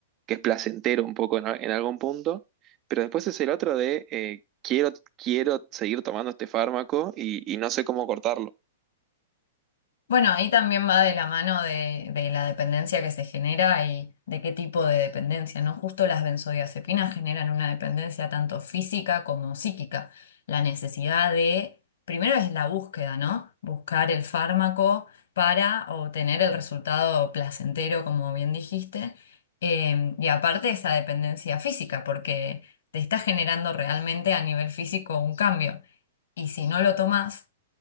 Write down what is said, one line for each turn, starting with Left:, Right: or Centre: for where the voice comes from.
Right: que es placentero un poco en, a- en algún punto. Pero después es el otro de eh, quiero, quiero seguir tomando este fármaco y, y no sé cómo cortarlo.
Left: Bueno, ahí también va de la mano de, de la dependencia que se genera y de qué tipo de dependencia, ¿no? Justo las benzodiazepinas generan una dependencia tanto física como psíquica. La necesidad de, primero es la búsqueda, ¿no? Buscar el fármaco para obtener el resultado placentero, como bien dijiste. Eh, y aparte esa dependencia física, porque te está generando realmente a nivel físico un cambio. Y si no lo tomas